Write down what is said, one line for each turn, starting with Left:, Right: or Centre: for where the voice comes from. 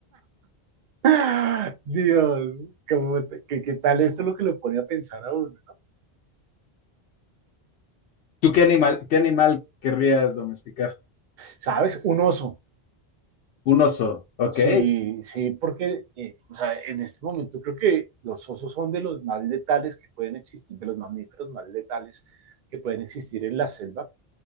Right: <gasps> <laughs> Dios, ¿cómo te- qué, qué tal esto lo que lo pone a pensar a uno?
Left: ¿Tú qué animal, qué animal querrías domesticar?
Right: ¿Sabes? Un oso.
Left: Un oso, ok.
Right: Sí, sí, porque eh, o sea, en este momento creo que los osos son de los más letales que pueden existir, de los mamíferos más letales que pueden existir en la selva